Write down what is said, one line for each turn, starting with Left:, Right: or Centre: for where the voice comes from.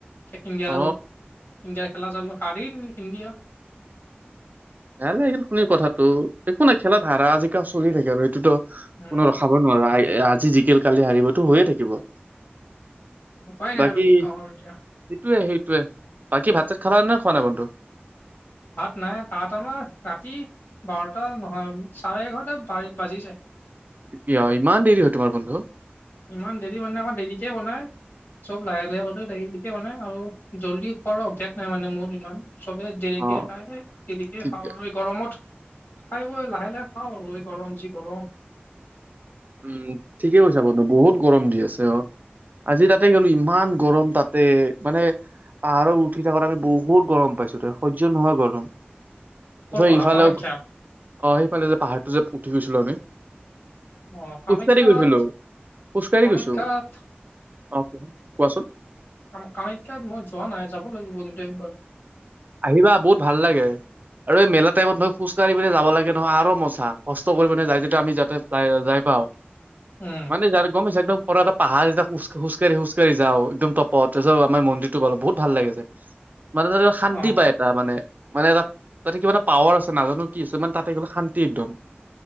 Left: ইণ্ডিয়া
Right: অ
Left: ইণ্ডিয়াৰ খেলা চালোঁ সাৰিল ইণ্ডিয়া।
Right: বেয়া লাগিল শুনি কথাটো একো নাই খেলা। ধাৰা আজিকালি চলি থাকে আৰু সেইটোতো
Left: উম,
Right: কোনো ৰখাব নোৱাৰা এই এ আজি জিকেল কালি হাৰিবতো হৈয়ে থাকিব।
Left: উপায় নাই
Right: বাকী
Left: আৰু কি কওঁ আৰু এতিয়া।
Right: সেইটোৱে সেইটোৱে বাকী ভাত চাত খালা নে খোৱা নাই বন্ধু।
Left: ভাত নাই ভাত আমাৰ ৰাতি বাৰটা নহয় চাৰে এঘাৰটা বাজি যায়।
Right: কি ইমান দেৰি হয় তোমাৰ বন্ধু
Left: ইমান দেৰি মানে অকৌ দেৰিকে বনাই চব লাহে লাহে গলে <unintelligible> আৰু জল্দি খোৱাৰ অভ্যাস নাই মানে মোৰ ইমান। চবে দেৰিকে
Right: অ
Left: খায় দেৰিকে
Right: ঠিকে
Left: খাওঁ গৰমত। খাই বই লাহে লাহে খাওঁ আৰু এই গৰম যি গৰম
Right: উম ঠিকে কৈছা বাৰু ত বহুত গৰম দি আছে অ। আজি তাতে গলো ইমান গৰম তাতে মানে পাহাৰত উঠি থাকাত আমি বহুত গৰম পাইছো সহ্য নোহোৱা গৰম তাৰপিছত
Left: ক'ত পাহাৰ
Right: ইফালে
Left: কামাখ্যা।
Right: অ সেইফালে যে পাহাৰটো যে উঠি গৈছিলো আমি।
Left: অ কামাখ্যাত
Right: খোজকাাঢ়ি গৈছিলো খোজকাঢ়ি
Left: কামাখ্যাত
Right: গৈছো অহ কোৱাচোন।
Left: আ কামাখ্যাত মই যোৱা নাই যাব লাগিব কিন্তু একবাৰ।
Right: আহিবা বহুত ভাল লাগে আৰু এই মেলা টাইপত মই খোজ কাঢ়ি পিনে যাব লাগে নহয় আৰু মজা কষ্ট কৰি পিনে যায় তাতে আমি যাতে যাই পাওঁ
Left: উম
Right: মানে যাৰ গমি চাইদ নো এ পাহাৰ যেতিয়া খোজ খোজকাঢ়ি খোজকাঢ়ি যাওঁ একদম তপ তাৰছত পিছত আমাৰ মন্দিৰটো পালোঁ বহুত ভাল লাগে‌ যে। মানে তাতে শান্তি
Left: অ
Right: পায় টা মানে মানে এটা তাতে কিবা এটা পাৱাৰ আছে নাজানো কি আছে মানে তাতে গলে শান্তি একদম।